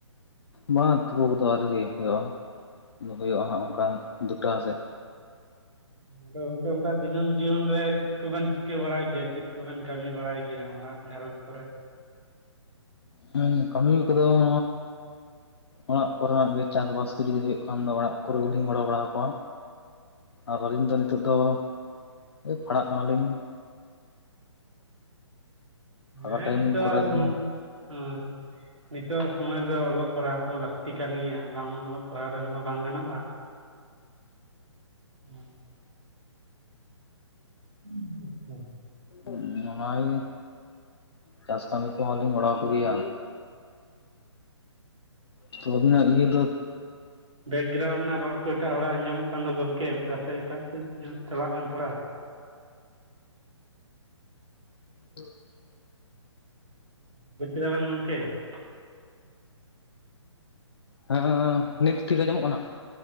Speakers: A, on the left; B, on the right.
A: ᱵᱟᱝᱟ ᱛᱩᱯᱩ ᱠᱚᱫᱚ ᱟᱣᱨᱤ ᱦᱩᱭ ᱦᱩᱭᱩᱜ-ᱟ ᱫᱚ ᱦᱩᱭᱩᱜ-ᱟ ᱦᱟᱸᱜ ᱚᱝᱠᱟ ᱫᱩ ᱴᱟ ᱥᱮᱛ᱾
B: ᱟᱫᱚ ᱜᱚᱝᱠᱮ ᱚᱱᱠᱟ ᱫᱤᱱᱟᱹᱢ ᱡᱤᱭᱚᱱ ᱨᱮ ᱪᱤᱫ ᱠᱩᱵᱮᱱ ᱪᱤᱠᱟᱹ ᱵᱟᱲᱟᱭ ᱜᱮᱭᱟ ᱪᱮᱫ ᱠᱚᱵᱮᱱ ᱠᱟᱢᱤ ᱵᱟᱲᱟᱭ ᱜᱮᱭᱟ ᱚᱱᱟᱼᱼ ᱜᱷᱟᱨᱚᱸᱡ ᱠᱚᱨᱮ?
A: ᱦᱮᱸ ᱠᱟᱹᱢᱤ ᱠᱚᱫᱚ ᱼᱼ ᱚᱲᱟᱜ ᱠᱚᱨᱮ ᱱᱟᱜ ᱜᱮ ᱪᱟᱥ ᱵᱟᱥ ᱠᱚ ᱡᱩᱫᱤ ᱦᱩᱭᱩᱜ ᱠᱷᱟᱱ ᱫᱚ ᱚᱲᱟᱜ ᱠᱚᱨᱮ ᱜᱮᱞᱤᱧ ᱜᱚᱲᱚ ᱵᱟᱲᱟᱣ ᱠᱚᱣᱟ᱾ ᱟᱨ ᱟᱹᱞᱤᱧ ᱫᱚ ᱱᱤᱛᱚᱜ ᱫᱚ ᱳᱭ ᱯᱟᱲᱦᱟᱜ ᱠᱟᱱᱟ ᱞᱤᱧᱼᱼ ᱯᱷᱟᱸᱠᱟ
B: ᱦᱮᱸ
A: ᱴᱟᱭᱤᱢ
B: ᱱᱤᱛᱚᱜ
A: ᱠᱚᱨᱮ
B: ᱟᱜ ᱥᱚᱢᱚᱼᱹ
A: ᱞᱤᱧ
B: ᱦᱚᱸᱭ ᱦᱚᱸᱭ ᱱᱤᱛᱚᱜ ᱟᱜ ᱥᱚᱢᱚᱭ ᱨᱮᱫᱚ ᱚᱞᱚᱜ ᱯᱟᱲᱦᱟᱜ ᱦᱚᱸ ᱞᱟᱠᱛᱤ ᱠᱟᱱ ᱜᱮᱭᱟ ᱵᱟᱝ ᱚᱞᱚᱜ ᱼᱼ ᱯᱟᱲᱟᱣ ᱨᱮᱱ ᱦᱚᱸ ᱵᱟᱝ ᱜᱟᱱᱚᱜ-ᱟ, ᱦᱩᱸ ᱦᱚᱸ᱾ <unintelligible> ᱦᱩᱸ ᱟᱪᱷᱟ᱾
A: ᱩᱸ ᱚᱱᱟ ᱜᱮ ᱪᱟᱥ ᱠᱟᱢᱤ ᱠᱚᱦᱚᱸ ᱞᱤᱧ ᱵᱟᱲᱟᱣ ᱠᱚ ᱜᱮᱭᱟ᱾ ᱛᱚ ᱟᱵᱤᱱᱟᱜ ᱤᱭᱟᱹ ᱫᱚ ᱾
B: ᱵᱮᱠᱜᱮᱨᱟᱩᱱᱰ ᱨᱮᱱᱟᱜ ᱨᱚᱲ ᱠᱚ ᱮᱴᱟᱜ ᱦᱚᱲᱟ ᱟᱸᱡᱚᱜ ᱠᱟᱱ ᱫᱚ ᱜᱚᱝᱠᱮ ᱚᱠᱟ ᱥᱮ ᱮᱴᱟᱜ ᱥᱮᱫ ᱪᱟᱞᱟᱜ ᱵᱮᱱ ᱛᱷᱚᱲᱟ ᱾
A: <inaudible>
B: ᱵᱩᱪ ᱠᱮᱫᱟᱠᱮᱱ ᱜᱚᱢᱚᱝᱠᱮ <unintelligible>
A: ᱦᱮᱸ ᱱᱤᱛ ᱴᱷᱤᱠ ᱟᱸᱡᱚᱢᱚᱜ ᱠᱟᱱᱟ ᱾